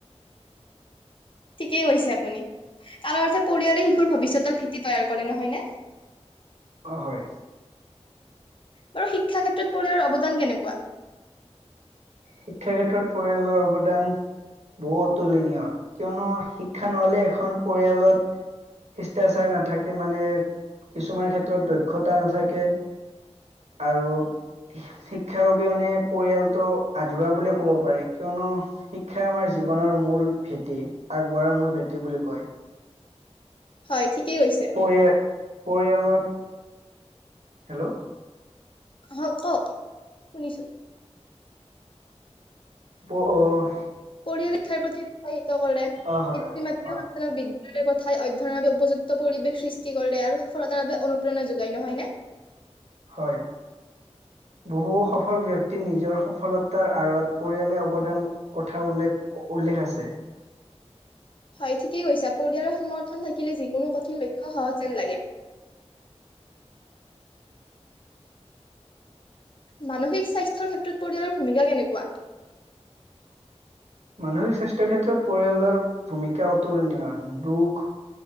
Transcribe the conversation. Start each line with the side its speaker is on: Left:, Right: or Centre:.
Left: ঠিকেই কৈছে আপুনি? তাৰ অৰ্থে পৰিয়ালে শিশুৰ ভৱিষ্যতৰ ভেটি তৈয়াৰ কৰে নহয় নে?
Right: অঁ হয়!
Left: বাৰু শিক্ষা ক্ষেত্ৰত পৰিয়ালৰ অৱদান কেনেকুৱা?
Right: শিক্ষাৰ ক্ষেত্ৰত পৰিয়ালৰ অৱদান- বহু অতুলনীয় কিয়নো শিক্ষা নহলে এখন পৰিয়ালত- শিষ্টাচাৰ নাথাকে মানে কিছুমান ক্ষেত্ৰত দক্ষতা নাথাকে। আৰু শিক্ষাৰ অবিহনে পৰিয়াল- ত আধৰুৱ বুলিয়ে ক'ব পাৰি কিয়নো? শিক্ষা আমাৰ জীৱনৰ মূল ভেটি আগবঢ়াৰ মূল ভেঁটি বুলি কয়।
Left: হয়! ঠিকেই কৈছে?
Right: পৰি এ পৰিয়ালত- হেল্লৌ!
Left: হয়ঁ কওক শুনিছোঁ।
Right: প অঁ-
Left: পৰিয়াল শিক্ষাৰ প্ৰতি উৎসাহিত কৰে
Right: অ হয়
Left: পিতৃ মাতৃ
Right: অ
Left: সন্তানক বি- বিদ্যালয়ৰ পথাই অধ্যয়নৰ বাবে উপযুক্ত পৰিৱেশ সৃষ্টি কৰিলে আৰু সফলতাৰ বাবে অনুপ্ৰেৰণা যোগাই নহয় নে।
Right: হয়ঁ! বহু সফল ব্যয়ক্তি নিজৰ সফলতাৰ আঁৰত পৰিয়ালে অৱদান- কথা উল্লেখ উল্লেখ আছে।
Left: হয়ঁ ঠিকেই কৈছা পৰিয়ালৰ সমৰ্থন থাকিলে যিকোনো কঠিন লক্ষ্য সহজ যেন লাগে। মানসিক স্বাস্থ্যৰ ক্ষেত্ৰত পৰিয়ালৰ ভূমিকা কেনেকুৱা?
Right: মানসিক স্বাস্থ্য ক্ষেত্ৰত পৰিয়ালৰ ভূমিকা অতুলনীয় দুখ-